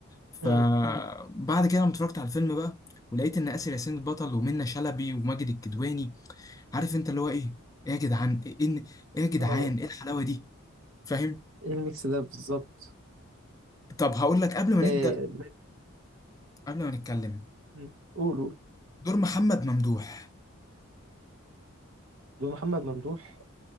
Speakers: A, on the left; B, on the right.
A: فبعد
B: امم
A: كده لما اتفرجت على الفيلم بقى ولقيت ان اسر ياسين البطل ومنى شلبي وماجد الكدواني عارف انت اللي هو ايه ايه يا جدعان ايه إن- إيه يا جدعان
B: اه
A: ايه الحلاوه دي فاهم
B: ايه الميكس ده بالظبط
A: طب هقول لك قبل ما نبدا
B: إيه
A: قبل ما نتكلم
B: مم. قولوا
A: دور محمد ممدوح
B: دور محمد ممدوح